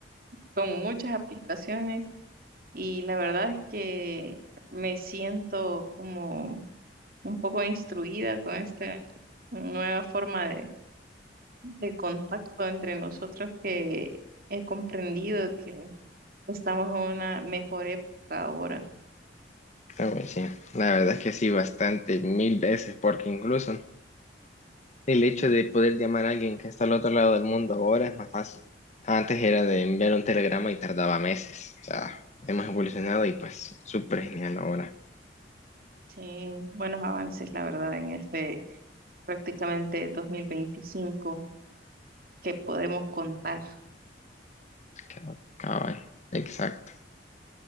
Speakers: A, on the right (about 50°); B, on the left (about 40°).
A: con muchas aplicaciones y la verdad es que me siento como un poco instruida con esta nueva forma de, de contacto entre nosotros que he comprendido que estamos en una mejor época ahora.
B: Pero, pues, sí, la verdad es que sí, bastante, mil veces, porque incluso El hecho de poder llamar a alguien que está al otro lado del mundo ahora es más fácil. Antes era de enviar un telegrama y tardaba meses. O sea, hemos evolucionado y pues súper genial ahora.
A: Sí, buenos avances, la verdad, en este prácticamente 2025 que podemos contar.
B: Ca- Cabal. Exacto.